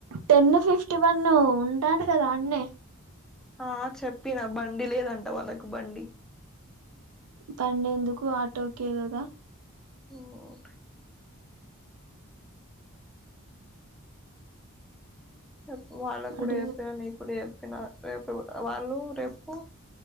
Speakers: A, on the right; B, in the centre.
A: టెన్ ఫిఫ్టీ వన్ ఉంటాను కదా అన్నే.
B: ఆ చెప్పిన బండి లేదంట వాళ్ళకు బండి.
A: డేందుకు ఆటోకే కెళ్లిన.
B: ఓకే రేపు వాళ్ళకి కూడా
A: అడుగు
B: చెప్పిన నీ కూడా చెప్పిన రేపు వాళ్ళు రేపు